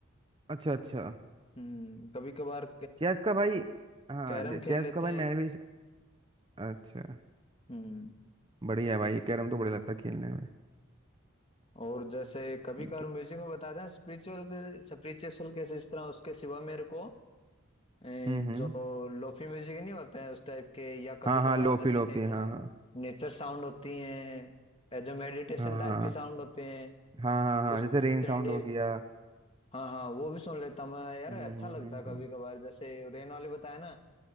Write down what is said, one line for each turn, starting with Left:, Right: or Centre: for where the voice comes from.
Right: अच्छा अच्छा
Left: हम्म कभी कभार
Right: चेस का भाई हाँ
Left: कैरम
Right: जे-
Left: खेल
Right: चेस
Left: लेते
Right: का भाई
Left: हैं
Right: मैंने भी अच्छा
Left: हम्म
Right: बढ़िया भाई ये कैरम तो बढ़िया लगता है खेलने में
Left: और जैसे कभी
Right: ठीक
Left: कभार
Right: है।
Left: म्यूजिक में बताते हैं स्पिरिचुअल स्पिरिचुअल कैसे इस तरह उसके सिवा मेरे को अ,
Right: हम्म हम्म
Left: जो लोफी म्यूजिक नहीं होते हैं उस टाइप के या कभी
Right: हाँ
Left: कभार
Right: हाँ लोफी
Left: जैसे
Right: लोफी
Left: नेचर
Right: हाँ हाँ
Left: नेचर साउंड होती हैं जो मेडिटेशन
Right: हाँ
Left: टाइप
Right: हाँ
Left: की साउंड होते हैं
Right: हाँ हाँ हाँ
Left: कुछ
Right: जैसे रेन
Left: थ्री
Right: साउंड
Left: डी
Right: हो गया
Left: हाँ हाँ वो भी सुन लेता हूँ मैं यार
Right: हम्म
Left: अच्छा लगता
Right: हम्म
Left: है कभी
Right: हम्म
Left: कभार जैसे रेन वाले बताया ना